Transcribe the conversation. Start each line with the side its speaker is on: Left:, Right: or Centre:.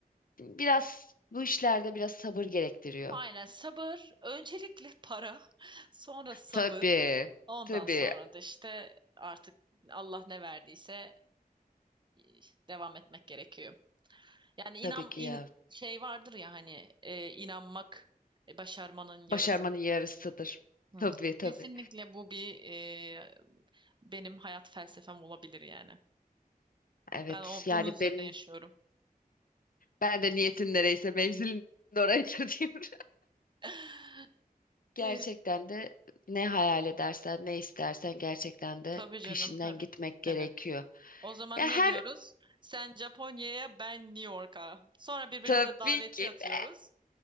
Left: biraz bu işlerde biraz sabır gerektiriyor.
Right: Aynen sabır, öncelikle para, <laughs> sonra sabır,
Left: Tabii.
Right: ondan
Left: Tabii.
Right: sonra da işte artık Allah ne verdiyse e, devam etmek gerekiyor. Yani inan
Left: Tabii ki
Right: in,
Left: ya.
Right: şey vardır ya hani e, inanmak e, başarmanın yarısıdır.
Left: Başarmanın yarısıdır.
Right: Hı.
Left: Tabii tabii.
Right: Kesinlikle bu bir e, benim hayat felsefem olabilir yani.
Left: Evet.
Right: Ben o
Left: Yani
Right: bunun üzerine
Left: benim
Right: yaşıyorum.
Left: ben de niyetin nereyse mevzilin de orayıdır <laughs> diyorum.
Right: <laughs>
Left: Gerçekten
Right: E,
Left: de ne hayal edersen, ne istersen gerçekten de
Right: Tabii canım
Left: peşinden
Right: tabii.
Left: gitmek
Right: Tabii.
Left: gerekiyor.
Right: O zaman
Left: Ya her
Right: ne diyoruz? Sen Japonya'ya, ben New York'a. Sonra birbirimize
Left: tabii
Right: daveti
Left: ki
Right: atıyoruz.
Left: de,